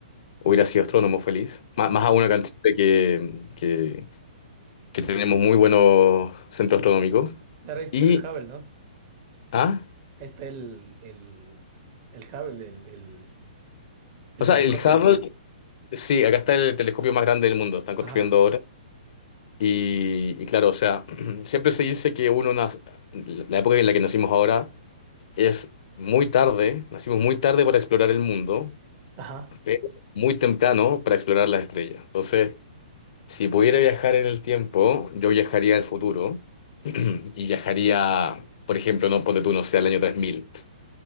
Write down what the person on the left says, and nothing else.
hubiera sido astrónomo feliz. Más,
más aún acá en Chile que, que, que tenemos muy buenos centros astronómicos.
Y,
ah,
o sea,
el Hubble, sí, acá está el telescopio más grande del mundo. Están construyendo
ahora. Y, y claro, o sea, <clears throat> siempre se dice que uno nace, la época en la que nacimos ahora es muy tarde, nacimos muy tarde para explorar el mundo,
pero muy temprano para explorar las estrellas. Entonces, si pudiera viajar en el tiempo, yo viajaría al futuro y viajaría, por ejemplo, no ponte tú, no sé, al año 3000.